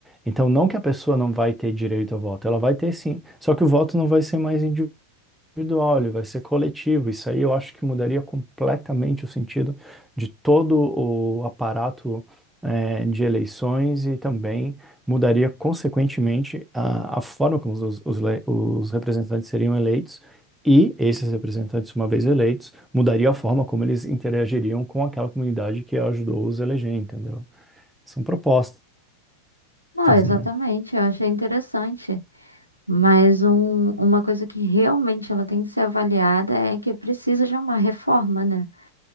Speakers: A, in the centre; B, on the right (about 80°).
A: Então, não que a pessoa não vai ter direito ao voto, ela vai ter sim, só que o voto não vai ser mais individual, ele vai ser coletivo. Isso aí eu acho que mudaria completamente o sentido de todo o aparato eh, de eleições e também mudaria, consequentemente, a, a forma como os, os le- os representantes seriam eleitos. E esses representantes, uma vez eleitos, mudaria a forma como eles interagiriam com aquela comunidade que ajudou os a eleger, entendeu? São propostas,
B: Não, exatamente,
A: né?
B: eu achei interessante. Mas um- uma coisa que realmente ela tem que ser avaliada é que precisa de uma reforma, né?